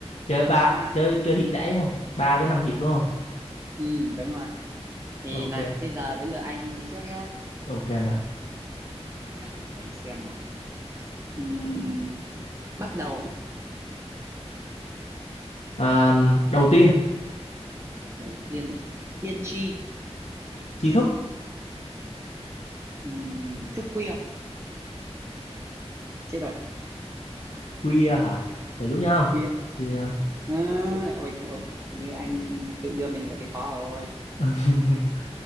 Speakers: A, on the left; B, on the right.
A: chơi ba
B: không nha
A: chơi chơi hiệp đã đúng không ba tới năm hiệp đúng không
B: Ừm, đúng rồi thì
A: ok
B: nè thế giờ đến lượt anh đi trước nhá
A: ok nè
B: này để anh xem nào Ừm, bắt đầu
A: à, đầu tiên
B: đầu tiên tiên tri
A: tri thức
B: Ừm, thức khuya chết rồi
A: khuya hả chờ chút nha
B: khuya
A: khuya
B: à, ôi trời ơi như anh tự đưa mình vào thế khó rồi
A: <laughs>